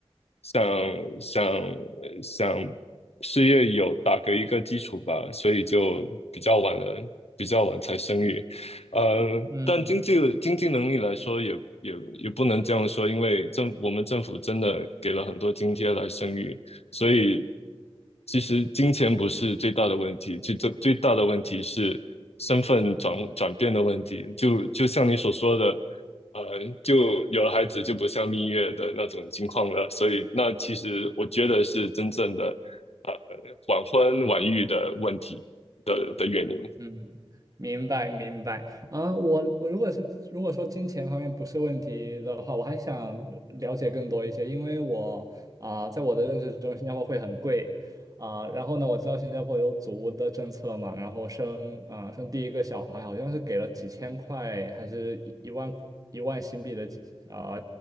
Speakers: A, on the left; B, on the right.
A: 想想想事业有打个一个基础吧，所以就比较晚了，比较晚才生育。呃，
B: 嗯。
A: 但经济经济能力来说也，也也也不能这样说，因为政我们政府真的给了很多津贴来生育，所以其实金钱不是最大的问题，最最最大的问题是身份转转变的问题。就就像你所说的，呃，就有了孩子就不像蜜月的那种情况了，所以那其实我觉得是真正的呃晚婚晚育的问题的的原因。
B: 嗯，明白明白。啊、我我如果是如果说金钱方面不是问题的话，我还想了解更多一些，因为我啊、在我的认知中，新加坡会很贵啊、然后呢，我知道新加坡有祖屋的政策嘛，然后生啊、生第一个小孩好像是给了几千块，还是一一万一万新币的啊、